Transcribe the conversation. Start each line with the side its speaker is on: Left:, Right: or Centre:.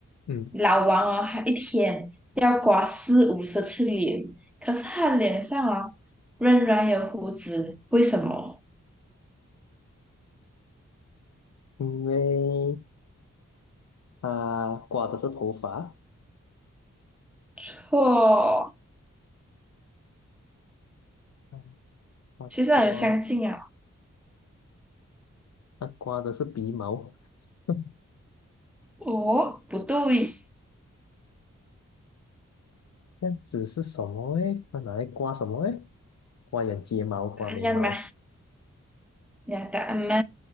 Left: 嗯，
Centre: 老王哦，他一天要刮四五十次脸，可是他脸上哦仍然有胡子，为什么？
Left: 因为他刮的是头发，
Centre: 错，
Left: 嗯他刮
Centre: 其实很相近啊。
Left: 他刮的是鼻毛，<laughs>
Centre: 哦，不对，
Left: 这样子是什么诶？他拿来刮什么诶？刮眼睫毛，刮眉毛。
Centre: 哎呀妈，你的答案吗？